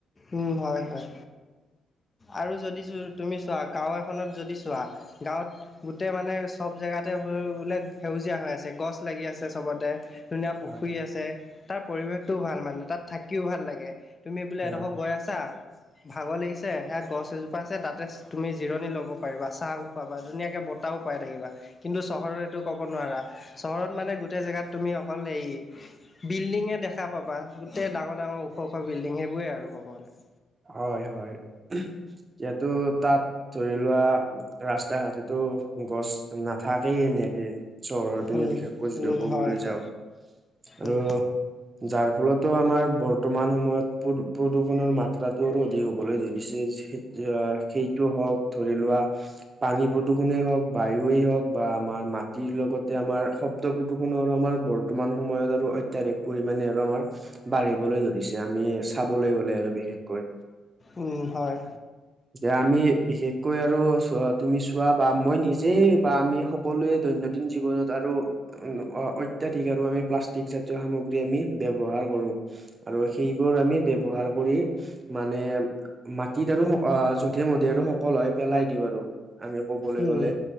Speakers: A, on the left; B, on the right.
A: উম হয় হয়। আৰু যদি তুমি চোৱা গাঁও এখনত যদি চোৱা গাঁৱত গোটেই মানে চব জেগাতে বোলে সেউজীয়া হৈ আছে গছ লাগি আছে চবতে। ধুনীয়া পুখুৰী
B: হয়
A: আছে তাৰ পৰিৱেশটোও ভাল মানে তাত থাকিও ভাল লাগে তুমি বোলে
B: হয়
A: এডখৰ গৈ আ আছা, ভাগৰ লাগিছে সেয়া গছ এজোপা আছে তাতে তুমি জিৰণি ল'ব পাৰিবা ছাঁ পাবা ধুনীয়াকে বতাহো পাই থাকিবা কিন্তু চহৰৰ এইটো ক'ব নোৱাৰা। চহৰত মানে গোটেই জেগাত তুমি অকল হেৰী বিল্ডিঙে দেখা পাবা গোটেই ডাঙৰ ডাঙৰ ওখ ওখ বিল্ডিং সেইবোৰে আৰু ক'ব গ'লে।
B: হয় হয় উমহ, এতিয়াটো তাত ধৰি লোৱা ৰাস্তা ঘাটতো গছ নাথাকেই এনেকে। চহৰৰ পিনে
A: উম
B: বিশেষকৈ যদি
A: উম
B: ক'বলৈ
A: হয় হয়
B: যাওঁ আৰু
A: উম,
B: যাৰ ফলতো আমাৰ বৰ্তমান সময়ত প্ৰদূ প্ৰদূষণৰ মাত্ৰা আৰু অধিক হ'বলৈ ধৰিছে যে সেইট আ সেইটো হওঁক ধৰি লোৱা পানী প্ৰদূষণে হওঁক বায়ুৱে হওঁক বা আমাৰ মাটিৰ লগতে আমাৰ শব্দ প্ৰদূষণ আৰু আমাৰ বৰ বৰ্তমান সময়ত আৰু অত্যাধিক পৰিমাণে আৰু আমাৰ বাঢ়িবলৈ ধৰিছে। আমি চাবলৈ গ'লে আৰু বিশেষকৈ
A: উম হয়।
B: যে আমি বিশেষকৈ আৰু চো তুমি চোৱা বা মই নিজেই বা আমি সক সকলোৱে দৈনন্দিন জীৱনত আৰু অ-অত্যাধিক আৰু আমি প্লাষ্টিক জাতীয় সামগ্ৰী আমি ব্যৱহাৰ কৰোঁ। আৰু সেইবোৰ আমি ব্যৱহাৰ কৰি মানে মাটিত আৰু অ যধে-মধে আৰু সকল হয় পেলাই দিওঁ আৰু। আমি কবলৈ
A: উম,
B: গ'লে,